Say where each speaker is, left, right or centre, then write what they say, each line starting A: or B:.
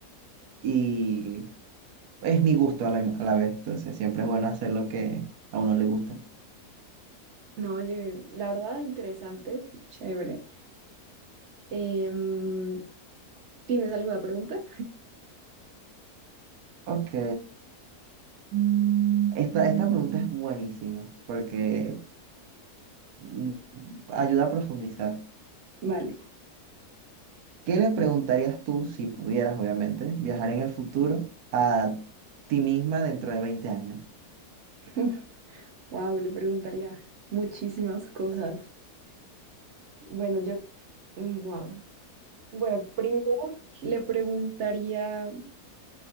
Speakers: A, on the right (about 85°); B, on the right (about 60°).
A: y es mi gusto a la, a la vez. Entonces, siempre es bueno hacer lo que a uno le gusta.
B: no, oye, la verdad, interesante, chévere. Em, ¿tienes alguna pregunta?
A: Ok, Mm, esta, esta pregunta es buenísima porque
B: Sí.
A: mm, ayuda a profundizar.
B: Vale.
A: ¿Qué le preguntarías tú, si pudieras, obviamente, viajar en el futuro a ti misma dentro de 20 años?
B: <laughs> Wow, le preguntaría muchísimas cosas. Bueno, yo, wow. Bueno, primero le preguntaría,